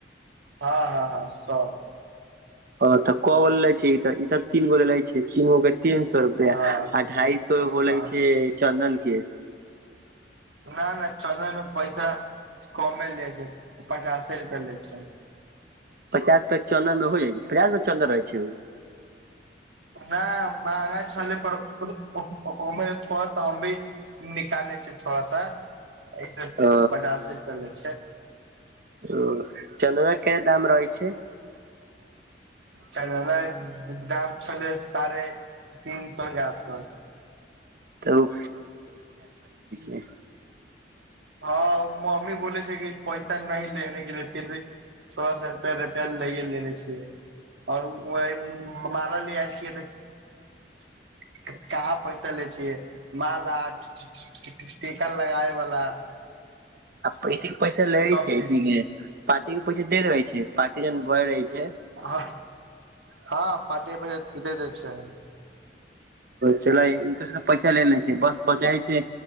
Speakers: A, on the right; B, on the right.
A: ह, ह, सभ
B: अ तऽ क लय छि इसब तीन गोरे रहय छै। तीन सो रुपया
A: हँ
B: अढ़ाई सौ होलेय
A: हँ
B: छैय चन्दन के।
A: ना, ना चंदन मै पैसा कमे लेय छैय पचासे रुपया लेय छैय।
B: पचास पे चन्दन में हो जाइ छै पचास पे चन्दन रहै छै
A: नहि महगा छलै पर ओमे छौ सौ हम भी निकाले छै थोड़ा सा एहिसे
B: ओ
A: पंडाल सेट कैल जाइ छै
B: ओ चनरा कऽ दाम रहै छै
A: चनरा दाम छलै साढ़े तीन सौ कऽ आसपास
B: तऽ उ <unintelligible>
A: हँ उ मम्मी बोले छै कि पैसा नहि लेने के लिए फिर भी सवा सौ रुपया रहै लैेये लेने छियै अओर उ आइ मार‍ऽले आयल छियै तऽ कहाँ पैसा लै छियै माला टी टी टीका लगाए बला
B: भरि दिन बैसल रहे
A: सब
B: छै
A: फ्री
B: ठीके पार्टी के पैसा दे रहे छै पार्टी जखन भरल रहे छै
A: हँ हँ पार्टी कऽ पैसा दे दै छै
B: चल इनको से पैसा ले ले छै बस बचै छै